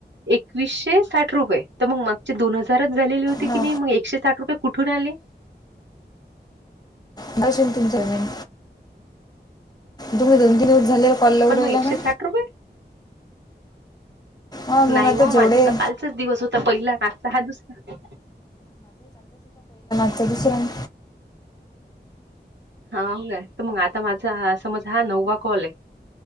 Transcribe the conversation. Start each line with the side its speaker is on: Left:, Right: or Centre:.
Right: एकवीसशे साठ रुपये तर मग मागचे दोन हजार. झा होती की
Left: हां
Right: नाही मग एकशे साठ रुपये कुठून आले.
Left: नवशन तीन चार मन तुम्ही दोन तीन दिवस झाले. कॉलवर
Right: पण
Left: राहिला
Right: मग एकशे
Left: का
Right: साठ रुपये.
Left: हा मग
Right: नाही
Left: आता
Right: हो
Left: जेवढे
Right: माझ तर कालचाच दिवस होता पहिला काचा हा दुसरा-
Left: सबुसरण.
Right: हा का तर मग आता माझा समज हा नववा कॉल आहे.